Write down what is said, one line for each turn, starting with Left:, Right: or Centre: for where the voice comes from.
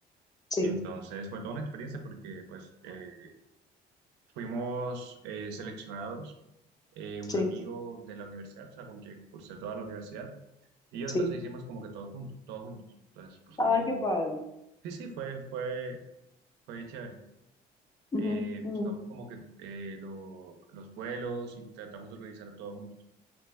Left: sí,
Right: Entonces fue toda una experiencia porque pues eh, Fuimos eh, seleccionados, eh, un
Left: sí,
Right: amigo de la universidad, o sea, con quien cursé toda la universidad, y yo,
Left: sí.
Right: entonces hicimos como que todos juntos, todos juntos. Entonces buscamos,
Left: Ay, qué padre.
Right: sí, sí, fue, fue, fue bien chévere.
Left: Ujú,
Right: Eh,
Left: ujú,
Right: buscamos como que eh, lo- los vuelos y tratamos de organizar todos juntos.